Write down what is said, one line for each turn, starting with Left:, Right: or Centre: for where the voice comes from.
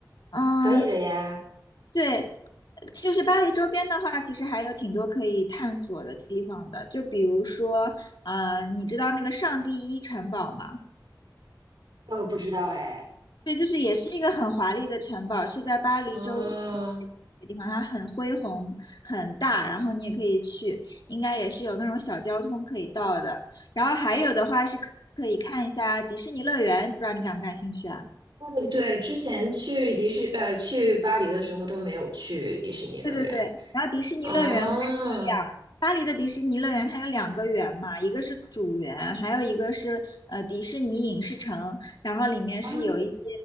Left: 嗯，
Right: 可以的呀。
Left: 对，就是巴黎周边的话，其实还有挺多可以探索的地方的，就比如说，呃，你知道那个上帝一城堡吗？
Right: 呃，不知道哎。
Left: 对，就是也是一个很华丽的城堡，是在巴黎周边一个地方，
Right: 哦，
Left: 它很恢宏、很大，然后你也可以去，应该也是有那种小交通可以到的。然后还有的话是可以看一下迪士尼乐园，不知道你感不感兴趣啊？
Right: 对对，之前去迪士呃去巴黎的时候都没有去迪士尼乐园。
Left: 对对对，然后迪士尼乐园它是有两，
Right: 哦，
Left: 巴黎的迪士尼乐园它有两个园嘛，一个是主园，还有一个是呃迪士尼影视城，然后里面是有一些
Right: 啊